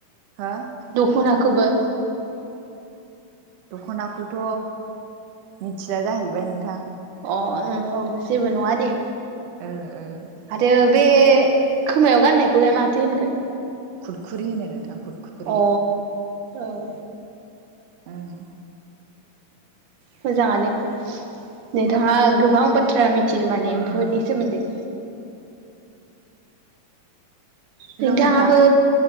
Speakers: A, on the right; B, on the right.
A: हो
B: दख'ना खौबो
A: दख'नाखौथ' मिथिला जाहैबाय नोंथां।
B: अ ओं औ जेबो नङा दे।
A: ओह ओह।
B: आरो बे खोमायाव गाननायखौलाय माथो होनगोन
A: खुरखुरि होनो नोंथां। खुरखुरि
B: अ औ।
A: उम
B: मोजाङानो नोंथाङा गोबां बाथ्रा मि थियो माने बेफोरनि
A: उम
B: सोमोन्दै
A: हेलौ
B: नोंथाङाबो
A: नोंथां